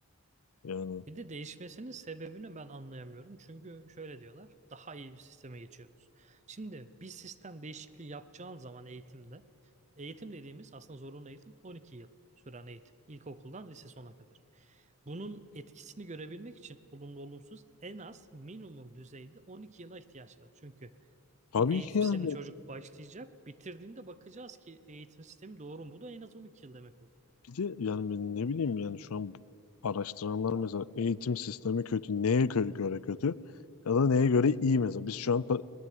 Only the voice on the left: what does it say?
Yani
tabii
ki yani
Bir de yani ben ne bileyim yani şu an araştıranlar mesela eğitim sistemi kötü. Neye gö- göre kötü? Ya da neye göre iyi mesela. Biz şu an ta-